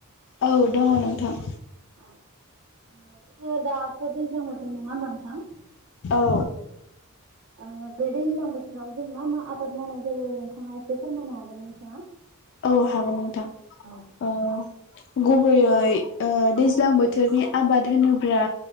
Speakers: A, on the left; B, on the right.
A: औ दङ नोंथां।
B: औ <unintelligible> ओ दाथ' दैज्लां बोथ औ नङा ओमबा नोंथां?
A: औ
B: ओ बे दैज्लां बोथोराव जों मा मा आबाद मावनाय जायो नोंथाङा इसे फोरमायनो हागोन ना नोंथाङा?
A: औ हागोन नोंथां
B: औ
A: ओ गुबैयै ओ दैज्लां बोथोरनि आबाद होनोब्ला